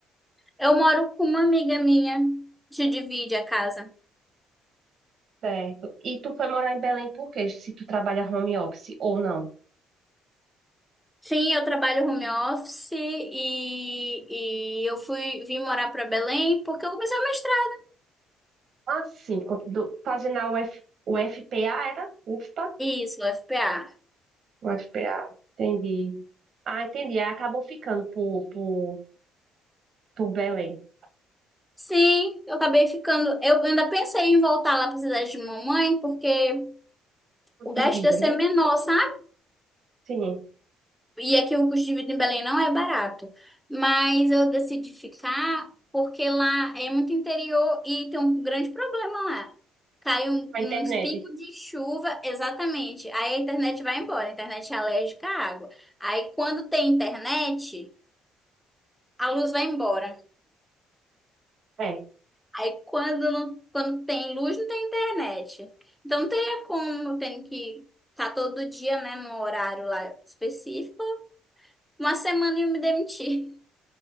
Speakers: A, in the centre; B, on the right.
A: Eu moro com uma amiga minha, que divide a casa.
B: Certo. E tu foi morar em Belém por quê? Se tu trabalha home office ou não?
A: Sim, eu trabalho home office e, e eu fui vim morar para Belém porque eu comecei a mestrar.
B: Assim, quando tu- fazendo a UF, UFPA, era? UFPA?
A: Isso, o FPA.
B: O FPA. Entendi. Ah, entendi. Aí acabou ficando por, por, por Belém.
A: Sim, eu acabei ficando. Eu ainda pensei em voltar lá para cidade de mamãe porque o gasto
B: De vida,
A: ia ser
B: né?
A: menor, sabe?
B: Sim.
A: E aqui o custo de vida em Belém não é barato. Mas eu decidi ficar porque lá é muito interior e tem um grande problema lá. Cai um,
B: A
A: uns
B: internet.
A: pingos de chuva, exatamente. Aí a internet vai embora. A internet é alérgica à água. Aí quando tem internet, a luz vai embora.
B: É.
A: Aí quando, não, quando tem luz, não tem internet. Então não teria como, eu tenho que estar todo dia, né, num horário lá específico. Uma semana e eu me demitir.